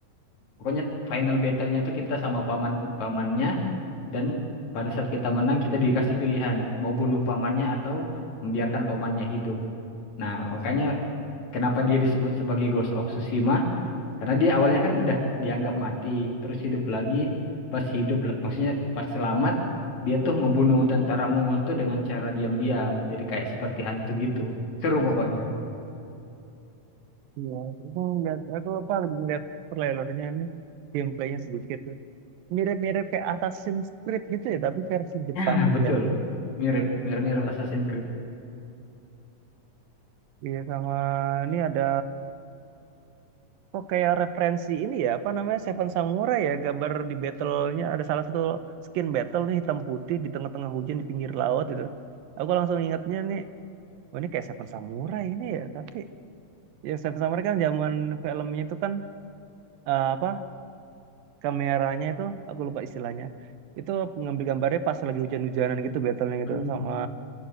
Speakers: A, on the left; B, on the right.
A: pokoknya final battle-nya tuh kita sama paman pamannya dan pada saat kita menang kita dikasih pilihan mau bunuh pamannya atau membiarkan pamannya hidup. Nah, makanya kenapa dia disebut sebagai Ghost of Tsushima karena dia awalnya kan udah dianggap mati, terus hidup lagi. Pas hidup, maksudnya pas selamat, dia tuh ngebunuh tentara Mongol tuh dengan cara diam-diam. Jadi kayak seperti hantu gitu. Seru pokoknya.
B: Iya, aku ngeliat, aku apa lagi ngeliat trailernya nih, gameplaynya sedikit tuh. Mirip-mirip kayak Assassin's Creed gitu ya, tapi versi Jepang.
A: Nah, betul.
B: Ya.
A: Mirip, mirip-mirip Assassin's Creed.
B: Iya sama ini ada kok kayak referensi ini ya apa namanya Seven Samurai ya gambar di battle-nya ada salah satu skin battle nih hitam putih di tengah-tengah hujan di pinggir laut gitu. Aku langsung ingatnya nih oh ini kayak Seven Samurai ini ya tapi ya Seven Samurai kan zaman filmnya itu kan eh, apa kameranya itu aku lupa istilahnya itu ngambil gambarnya pas lagi hujan-hujanan gitu battle-nya gitu
A: Mhm.
B: sama